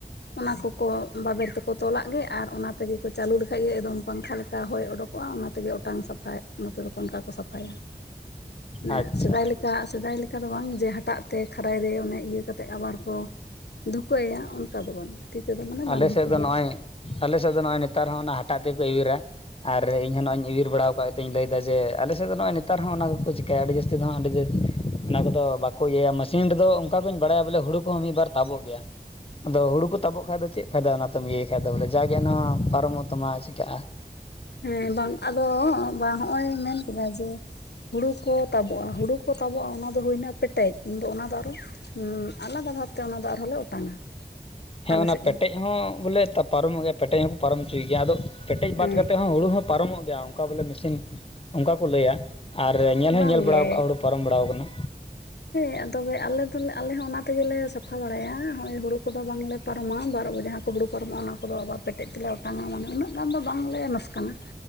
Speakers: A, on the left; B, on the left.
A: ᱚᱱᱟ ᱠᱚᱠᱚ ᱵᱟᱵᱮᱨ ᱛᱮᱠᱚ ᱛᱚᱞᱟᱜ ᱜᱮ ᱟᱨ ᱚᱱᱟ ᱛᱮᱜᱮ ᱠᱚ ᱪᱟᱹᱞᱩ ᱞᱮᱠᱷᱟᱡ ᱜᱮ ᱮᱠᱫᱚᱢ ᱯᱟᱝᱠᱷᱟ ᱞᱮᱠᱟ ᱦᱚᱭ ᱚᱰᱚᱠ ᱠᱚᱜᱼᱟ, ᱚᱱᱟ ᱛᱮᱜᱮ ᱚᱴᱟᱝ ᱥᱟᱯᱷᱟᱭᱮᱡ ᱱᱚᱛᱮ ᱫᱚᱠᱚ ᱚᱱᱠᱟ ᱠᱚ ᱥᱟ ᱯᱷᱟᱭᱟ, ᱢᱟᱱᱮ
B: ᱟᱪᱪᱷᱟ
A: ᱥᱮᱫᱟᱭ ᱞᱮᱠᱟ ᱥᱮᱫᱟᱭ ᱞᱮ ᱠᱟ ᱫᱚ ᱵᱟᱝ ᱡᱮ ᱦᱟᱴᱟᱜ ᱛᱮ ᱠᱷᱟᱨᱟᱭ ᱨᱮ ᱚᱱᱮ ᱤᱭᱟᱹ ᱠᱟᱛᱮᱫ ᱟᱵᱟᱨ ᱠᱚ ᱫᱷᱩᱠᱟᱹᱭᱟ ᱚᱱᱠᱟ ᱫᱚ ᱵᱟᱝ ᱛᱤ ᱛᱮᱫᱚ ᱢᱟᱱᱮ
B: ᱟᱞᱮ
A: ᱵᱟᱝ
B: ᱥᱮᱫ
A: ᱫᱷᱩᱠᱟᱹ
B: ᱫᱚ
A: ᱦᱩᱭᱩᱜᱼᱟ᱾
B: ᱱᱚᱜᱼᱚᱭ ᱟᱞᱮ ᱥᱮᱫ ᱫᱚ ᱱᱚᱜᱼᱚᱭ ᱱᱮᱛᱟᱨ ᱦᱚᱸ ᱚᱱᱟ ᱦᱟᱴᱟᱜ ᱛᱮᱜᱮ ᱠᱚ ᱮᱣᱮᱨᱟ᱾ ᱟᱨ ᱤᱧᱦᱚᱸ ᱱᱚᱜᱼᱚᱧ ᱮᱣᱭᱮᱨ ᱵᱟᱲᱟ ᱠᱟᱜ ᱜᱮᱛᱮᱧ ᱞᱟᱹᱭᱫᱟ ᱡᱮ ᱟᱞᱮ ᱥᱮᱫ ᱫᱚ ᱱᱚᱜᱼᱚᱭ ᱱᱮᱛᱟᱨ ᱦᱚᱸ ᱚᱱᱟ ᱠᱚᱠᱚ ᱪᱤᱠᱟᱹᱭᱟ ᱟᱹᱰᱤ ᱡᱟᱹᱥᱛᱤ ᱫᱚ ᱦᱟᱸᱜ ᱟᱹᱰᱤ ᱡᱮ ᱚᱱᱟ ᱠᱚᱫᱚ ᱵᱟᱠᱚ ᱤᱭᱟᱹᱭᱟ ᱢᱮᱥᱤᱱ ᱨᱮᱫᱚ ᱚᱱᱠᱟ ᱫᱚᱧ ᱵᱟᱲᱟᱭᱟ ᱵᱚᱞᱮ ᱦᱩᱲᱩ ᱠᱚᱦᱚᱸ ᱢᱤᱫ ᱵᱟᱨ ᱛᱟᱵᱚᱜ ᱜᱮᱭᱟ᱾ ᱟᱫᱚ ᱦᱩᱲᱩ ᱠᱚ ᱛᱟᱵᱚᱜ ᱠᱷᱟᱡ ᱫᱚ ᱪᱮᱫ ᱯᱷᱟᱭᱫᱟ ᱚᱱᱟ ᱛᱮᱢ ᱤᱭᱟᱹᱭ ᱠᱷᱟᱡ ᱫᱚ ᱵᱚᱞᱮ ᱡᱟ ᱜᱮ ᱚᱱᱟ ᱦᱚᱸ ᱯᱟᱨᱚᱢᱚᱜ ᱛᱟᱢᱟ ᱪᱮᱠᱟᱹᱜᱼᱟ?
A: ᱦᱮᱸ ᱵᱟᱝ ᱟᱫᱚ ᱵᱟᱝ ᱦᱚᱸᱜᱼᱚᱭ ᱢᱮᱱ ᱠᱮᱫᱟ ᱡᱮ ᱦᱩᱲᱩ ᱠᱚ ᱛᱟᱵᱚᱜᱼᱟ, ᱦᱩᱲᱩ ᱠᱚ ᱛᱟᱵᱚᱜᱼᱟ ᱚᱱᱟ ᱫᱚ ᱦᱩᱭᱱᱟ ᱯᱮᱴᱮᱡ᱾ ᱩᱱᱫᱚ ᱚᱱᱟᱫᱚ ᱟᱨ ᱟᱞᱟᱫᱟ ᱵᱷᱟᱵᱽᱛᱮ ᱚᱱᱟ ᱫᱚ ᱟᱨᱦᱚᱸᱞᱮ ᱚᱴᱟᱝᱟ᱾
B: ᱦᱮᱸ
A: ᱟᱞᱮ
B: ᱚᱱᱟ
A: ᱥᱮᱫ
B: ᱯᱮᱴᱮᱡ
A: ᱫᱚ
B: ᱦᱚᱸ ᱵᱚᱞᱮ ᱯᱟᱨᱚᱢᱚᱜ ᱜᱮᱭᱟ ᱯᱮᱴᱮᱡ ᱦᱚᱸᱠᱚ ᱯᱟᱨᱚᱢ ᱦᱚᱪᱚᱭ ᱜᱮᱭᱟ ᱟᱫᱚ ᱯᱮᱴᱮᱡ ᱵᱟᱫ
A: ᱦᱮᱸ
B: ᱠᱟᱛᱮᱫ ᱦᱚᱸ ᱦᱩᱲᱩ ᱦᱚᱸ ᱯᱟᱨᱚᱢᱚᱜ ᱜᱮᱭᱟ ᱚᱱᱠᱟ ᱵᱚᱞᱮ ᱢᱮᱥᱤᱱ ᱚᱱᱠᱟ ᱠᱚ ᱞᱟᱹᱭᱟ᱾ ᱟᱨ ᱧᱮᱞ ᱦᱚᱸᱧ
A: ᱵᱟᱝᱜᱮ
B: ᱧᱮᱞ ᱵᱟᱲᱟᱣᱠᱟᱜᱼᱟ ᱦᱩᱲᱩ ᱯᱟᱨᱚᱢ ᱵᱟᱲᱟᱟᱣ ᱟᱠᱟᱱᱟ᱾
A: ᱦᱮᱸ ᱛᱚᱵᱮ ᱟᱞᱮ ᱫᱚᱞᱮ ᱟᱞᱮ ᱦᱚᱸ ᱚᱱᱟ ᱛᱮᱜᱮᱞᱮ ᱥᱟᱯᱷᱟ ᱵᱟᱲᱟᱭᱟ ᱱᱚᱜᱼᱚᱭ ᱦᱳᱲᱳ ᱠᱚᱫᱚ ᱵᱟᱝᱞᱮ ᱯᱟᱨᱚᱢᱟ ᱵᱟᱨᱚ ᱵᱟᱡᱮ ᱡᱟᱦᱟ ᱠᱚ ᱦᱩᱲᱩ ᱯᱟᱨᱚᱢᱚᱜᱼᱟ ᱚᱱᱟ ᱠᱚᱫᱚ ᱟᱵᱚᱨ ᱯᱮᱴᱮᱡ ᱛᱮᱞᱮ ᱚᱴᱟᱝᱟ ᱢᱟᱱᱮ ᱩᱱᱟᱹᱜ ᱜᱟᱱ ᱫᱚ ᱵᱟᱝ ᱞᱮ ᱱᱚᱥ ᱠᱟᱱᱟ